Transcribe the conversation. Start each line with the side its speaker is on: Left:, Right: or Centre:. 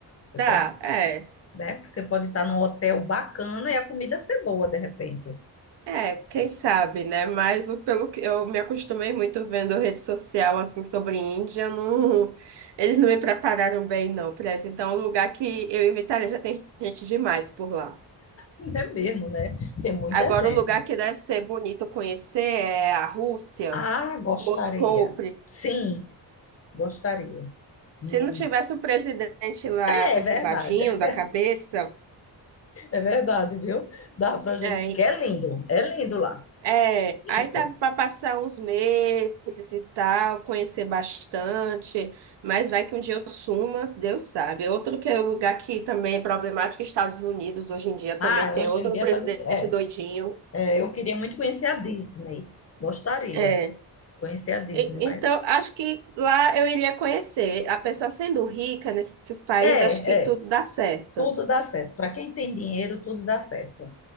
Left: Você
Right: dá,
Left: pode,
Right: é.
Left: né? Porque você pode estar num hotel bacana e a comida ser boa de repente.
Right: É, quem sabe, né? Mas o- pelo que eu me acostumei muito vendo rede social assim sobre Índia, não, eles não me prepararam bem não para isso. Então, é um lugar que eu evitaria, já tem gente demais por lá.
Left: <laughs> É mesmo, né? Tem muita
Right: Agora,
Left: gente.
Right: um lugar que deve ser bonito conhecer é a Rússia,
Left: Ah, gostaria.
Right: Moscou. pre-
Left: Sim, gostaria.
Right: Se
Left: Hum.
Right: não tivesse o presidente lá
Left: É
Right: perturbadinho
Left: verdade.
Right: da cabeça,
Left: É verdade, viu? Dá pra gente,
Right: é,
Left: porque é lindo, é lindo lá,
Right: é,
Left: lindo.
Right: aí dava para passar uns meses e tal, conhecer bastante, mas vai que um dia eu suma, Deus sabe. Outro que é um lugar que também é problemático, Estados Unidos, hoje em dia
Left: Ah,
Right: também tem
Left: hoje
Right: outro
Left: em dia
Right: presidente
Left: tá. de- É,
Right: doidinho.
Left: é, eu queria muito conhecer a Disney, gostaria
Right: É.
Left: de conhecer a Disney,
Right: E-
Left: mas.
Right: Então, acho que lá eu iria conhecer. A pessoa sendo rica nesses países,
Left: É,
Right: acho que tudo
Left: é,
Right: dá certo.
Left: tudo dá certo. Para quem tem dinheiro, tudo dá certo.